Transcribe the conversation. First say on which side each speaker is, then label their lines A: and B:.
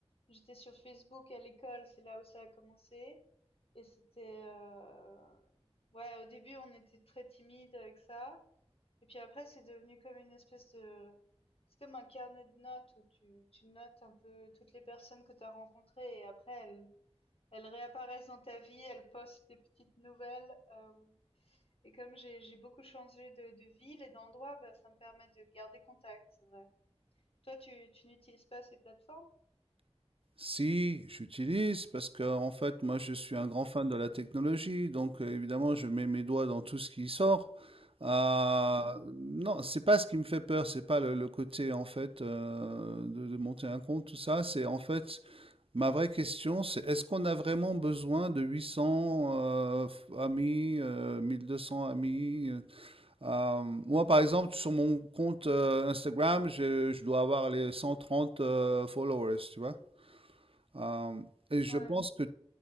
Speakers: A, on the left; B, on the right.
A: j'étais sur Facebook à l'école, c'est là où ça a commencé et c'était, heu, ouais, au début, on était très timide avec ça et puis après, c'est devenu comme une espèce de c'est comme un carnet de notes où tu tu notes un peu toutes les personnes que tu as rencontrées et après elles elles réapparaissent dans ta vie, elles postent des petites nouvelles, hem Et comme j'ai j'ai beaucoup changé de de ville et d'endroit, bah, ça me permet de garder contact, c'est vrai. Toi, tu tu n'utilises pas ces plateformes?
B: Si, j'utilise parce que en fait, moi, je suis un grand fan de la technologie, donc euh, évidemment, je mets mes doigts dans tout ce qui sort. Euh,
A: Mmh
B: non, c'est pas ce qui me fait peur, c'est pas le, le côté en fait euh, de, de monter un compte, tout ça. C'est en fait ma vraie question, c'est est-ce qu'on a vraiment besoin de 800 euh, f- amis, euh, 1200 amis? euh, euh, moi, par exemple, sur mon compte euh, Instagram, je, je dois avoir les 130 euh, followers, tu vois. Euh, et je
A: Ouais.
B: pense que